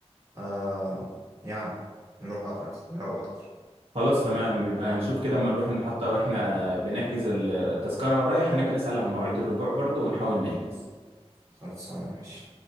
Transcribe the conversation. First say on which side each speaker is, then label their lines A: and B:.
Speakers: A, on the right (about 30°); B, on the right (about 60°).
A: آه يعني نروح قطر أحسن نروح قطر
B: خلاص تمام يبقى هنشوف كده اما نروح المحطه واحنا بنحجز ال- التذكره الرايح هنبقى نسال عن مواعيد الرجوع برضو ونحاول نحجز
A: خلصانة ماشي